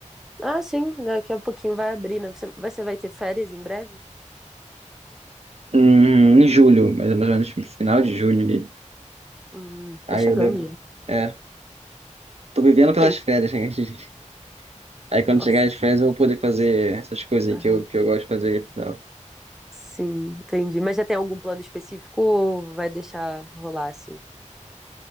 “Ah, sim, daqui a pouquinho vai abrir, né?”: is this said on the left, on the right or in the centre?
Centre